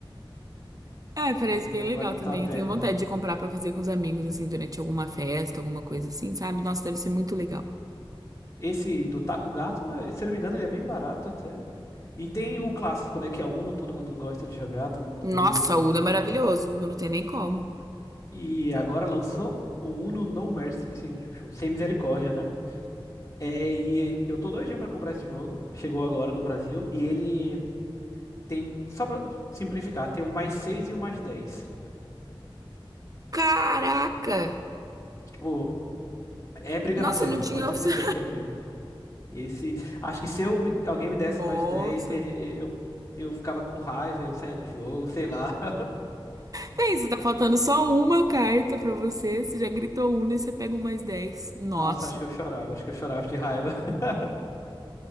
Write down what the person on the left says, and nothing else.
Esse
jogo
vale muito
a pena.
Esse do Taco Gato, eh, se eu não me engano, ele é bem barato até. E tem o clássico, né? Que é o Uno, todo mundo gosta de jogar, todo mundo
briga com
o
Uno.
E agora lançou o Uno No Mercy, que significa tipo, sem misericórdia, né? É, e eu tô doidinho pra comprar esse jogo. Chegou agora no Brasil. E ele tem, só pra simplificar, tem o mais 6 e o mais dez
Tipo, é briga
na certa.
Pode ter
certeza que é briga. Esse, acho que se eu, alguém
me desse
mais 10 e- eu, eu ficava com raiva, eu saía do jogo, sei lá. <laughs>
Nossa, acho que eu chorava, acho que eu chorava de raiva. <laughs>